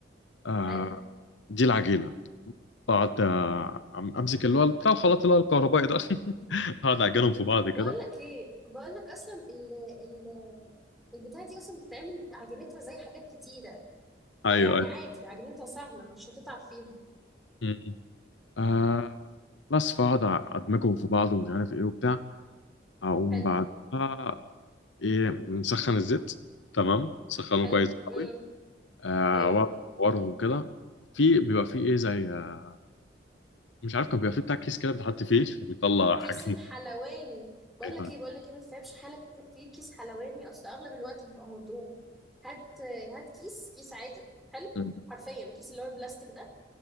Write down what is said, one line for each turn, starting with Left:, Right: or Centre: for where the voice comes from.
Left: آه
Centre: حلو
Left: دي العجينه بقعد آه، أم- امسك اللي هو بتاع الخلاط اللي هو الكهربائي ده <laughs> اقعد اعجنهم في بعض كده
Centre: بقول لك ايه بقول لك اصلا ال- ال- البتاعه دي اصلا بتتعمل عجينتها زي حاجات كتيره فيعني
Left: ايوه أيوه.
Centre: عادي عجينتها سهلة مش هتتعب فيها
Left: مم. آه بس فاقعد ادمجهم في بعض ومش عارف ايه وبتاع اقوم
Centre: حلو
Left: بعدها ايه نسخن الزيت تمام سخنه
Centre: حلو
Left: كويس قوي
Centre: امم
Left: آه
Centre: ايوه
Left: واقعد اورهم كده في بيبقى فيه ايه زي آه، مش عارف كان بيبقى فيه بتاع كيس كده بتحط فيه <laughs> وبيطلع حاجات
Centre: كيس الحلواني بقول
Left: مختلفة.
Centre: لك ايه بقول لك ايه ما تتعبش حالك وتروح تجيب كيس حلواني اصل اغلب الوقت بيبقى مضروب هات هات كيس كيس عادي حلو
Left: مم.
Centre: حرفيا كيس اللي هو البلاستيك ده